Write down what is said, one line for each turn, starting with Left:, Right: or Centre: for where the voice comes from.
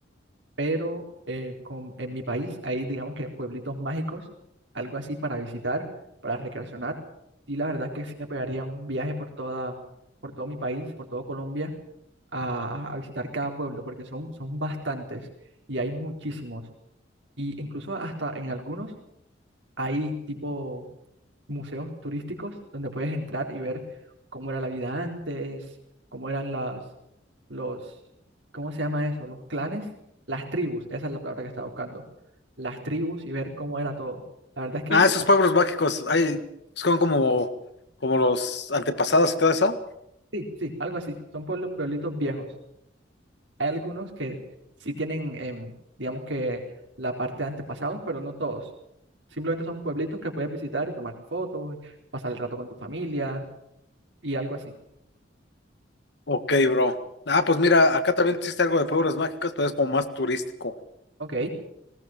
Right: pero eh, con- en mi país hay, digamos que pueblitos mágicos, algo así para visitar, para recreacionar. Y la verdad que sí me pegaría un viaje por toda, por todo mi país, por todo Colombia, a, a visitar cada pueblo, porque son, son bastantes y hay muchísimos. Y incluso hasta en algunos hay tipo museos turísticos donde puedes entrar y ver cómo era la vida antes, cómo eran las, los, ¿cómo se llama eso? Los clanes, las tribus, esa es la palabra que estaba buscando, las tribus y ver cómo era todo. La verdad es que
Left: Ah, esos
Right: ah,
Left: pueblos mágicos, ay, son como, como los antepasados y todo eso.
Right: sí, sí, algo así, son pueblos, pueblitos viejos. Hay algunos que sí tienen, em, digamos que la parte de antepasados, pero no todos. Simplemente son pueblitos que puedes visitar y tomarte fotos, pasar el rato con tu familia y algo así.
Left: Ok, bro. Ah, pues mira, acá también existe algo de pueblos mágicos, pero es como más turístico.
Right: Ok,